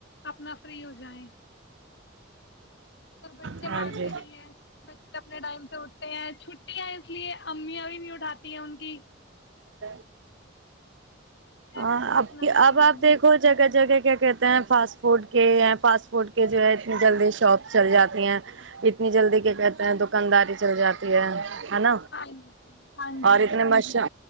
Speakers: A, on the left (about 55°); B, on the right (about 70°).
A: اپنا فری ہو جایں پر بچے
B: ہاں
A: مانتے
B: جی
A: نہیں ہیں بچے اپنے ٹائم سے اٹھ چھٹیاں ہیں اس لیے امی یاں بھی نہی اٹھاتی ہیں ان کی
B: <inaudible> ہاں
A: ایسے تو
B: اب
A: اٹھنا ہی
B: اب
A: ہے انہوں
B: آپ دیکھو
A: نے
B: جگہ جگہ کیا کہتے ہیں فاسٹ فوڈ کے فاسٹ فوڈ کے جو ہے اتنی جلدی شاپ چل جاتی ہیں اتنی جلدی کیا کہتے ہیں دکانداری چل جاتی ہے ہے نہ
A: ہاں
B: اور
A: جی
B: اتنے مشا